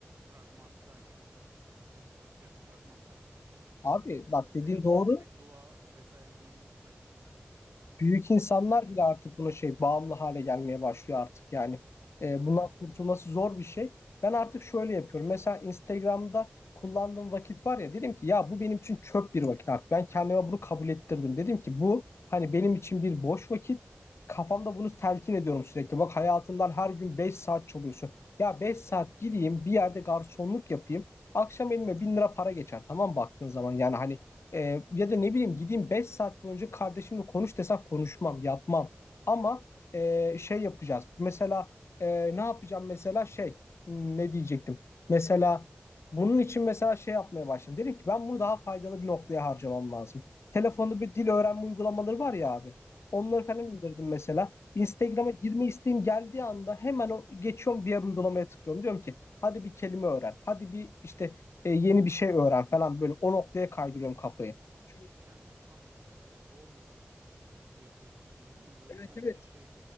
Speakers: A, on the right; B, on the left.
A: fragman takip ediyorlar. TikTok'tan fra- fragman takip ediyorlar.
B: Abi bak
A: Ve
B: dediğin
A: ufak
B: doğru.
A: tefek dua vesaire dini paylaşımlar yapıyorlar.
B: büyük insanlar
A: E,
B: bile artık buna şey bağımlı hale gelmeye başlıyor artık yani. E,
A: aynen.
B: bundan kurtulması zor bir şey. Ben artık şöyle yapıyorum. Mesela Instagram'da kullandığım vakit var ya dedim ki ya bu benim için çöp bir vakit artık. Ben kendime bunu kabul ettirdim. Dedim ki bu hani benim için bir boş vakit. Kafamda bunu telkin ediyorum sürekli. Bak hayatından her gün 5 saat çalıyorsun. Ya 5 saat gideyim bir yerde garsonluk yapayım. Akşam elime 1000 lira para geçer. Tamam baktığın zaman yani hani ee, ya da ne bileyim gideyim 5 saat boyunca kardeşimle konuş desem konuşmam, yapmam. Ama e, şey yapacağız. Mesela e, ne yapacağım mesela şey hmm, ne diyecektim? Mesela bunun için mesela şey yapmaya başladım. Dedim ki ben bunu daha faydalı bir noktaya harcamam lazım. Telefonda bir dil öğrenme uygulamaları var ya abi. Onları
A: Hmm,
B: falan indirdim mesela. Instagram'a
A: evet.
B: girme isteğim geldiği anda hemen o geçiyorum diğer uygulamaya tıklıyorum. Diyorum ki hadi bir kelime öğren. Hadi bir işte e, yeni bir şey öğren falan böyle o noktaya kaydırıyorum kafayı.
A: Ama
B: Çünkü
A: bunu kendini kamçılayarak zorla e, yapıyorsun gibi değil mi? Böyle
B: Evet
A: sanki
B: evet.
A: şey